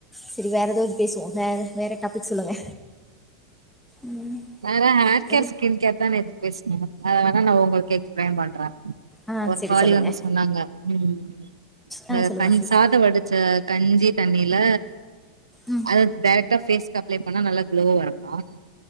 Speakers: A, in the centre; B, on the right (about 80°).
A: செரி வேற ஏதாவ்து பேசுவோ வேற வேற டாபிக் சொல்லுங்க ம்
B: அற ஹேர் கேர்
A: ஒரு
B: ஸ்கின் கேர் தானே பேசினோ அத வேணா நா உங்களுக்கு எக்ஸ்பிளைன் பண்ற
A: ஆ
B: ஒரு
A: சரி
B: காளி
A: சொல்லுங்க
B: வந்து சொன்னாங்க உம் இந்த
A: ஆ சொல்லுங்க
B: கஞ்
A: சிஸ்
B: சாதம் வடிச்ச காஞ்சி தண்ணில
A: உம்
B: அது டேரெக்டாக ஃபேஸ்க்கு அப்ளை பண்ணா நல்ல க்ளோ இருக்கு